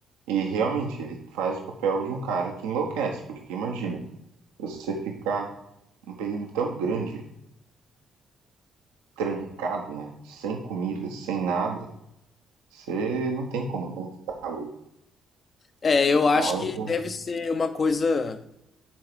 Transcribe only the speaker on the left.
É, eu acho
que
deve
ser uma coisa